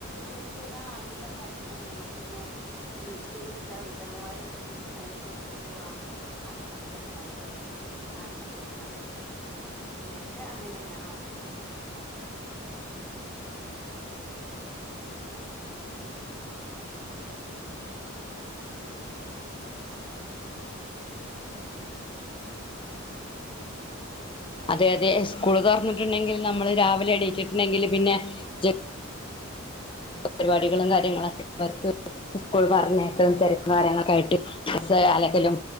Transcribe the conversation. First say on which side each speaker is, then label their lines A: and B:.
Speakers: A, in the centre; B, on the left.
A: ലി ചെയ്യണ ആണ് ങ്ങൾ ആയിട്ടുണ്ടങ്കിൽ നമുക്ക് പിന്നെ വീട്ടിലിരിക്ക വീട്ടമാർ വീട്ടിൽ ഇരിക്ക ഓല് ജോലിക് പോവാ അങ്ങനൊക്കെ തന്നെ ആണല്ലോ ല്ലെ നടന്നുകൊണ്ടിരിക്കുന്നത് നിങ്ങൾക്ക് അങ്ങനെയാണോ
B: അതെയതെ സ്കൂളുകൾ തുറന്നിട്ടുണ്ടെങ്കിൽ നമ്മൾ രാവിലെ എണീണ്ടങ്കിൽ പിന്നെ ജെ പരിപാടികളും കാര്യങ്ങളൊക്കെ അവർക്ക് സ്കൂൾ പറഞ്ഞേക്കെ തിരക്കും കാര്യങ്ങളൊക്കെ ആയിട്ട്സ അലെകലും